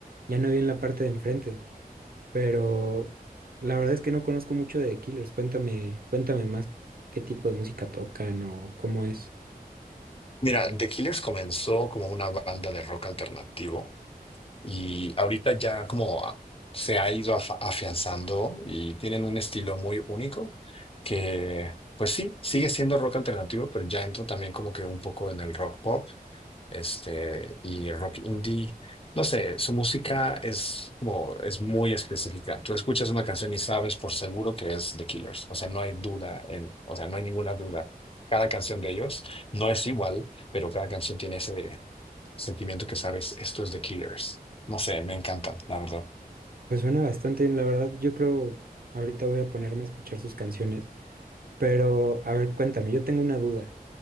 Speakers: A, on the right; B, on the left.
A: ya no había en la parte de enfrente, pero la verdad es que no conozco mucho de The Killers, cuéntame, cuéntame más qué tipo de música tocan o cómo es.
B: Mira, The Killers comenzó como una banda de rock alternativo. Y ahorita ya como a- se ha ido afa- afianzando y tienen un estilo muy único que, pues sí, sigue siendo rock alternativo, pero ya entra también como que un poco en el rock pop, este, y rock indie. No sé, su música es como, es muy específica. Tú escuchas una canción y sabes por seguro que es The Killers. O sea, no hay duda, en- o sea, no hay ninguna duda. Cada canción de ellos no es igual, pero cada canción tiene ese, sentimiento que sabes, esto es de Killers. No sé, me encantan, la verdad.
A: Pues suena bastante bien, la verdad, yo creo, ahorita voy a ponerme a escuchar sus canciones. Pero, a ver, cuéntame, yo tengo una duda.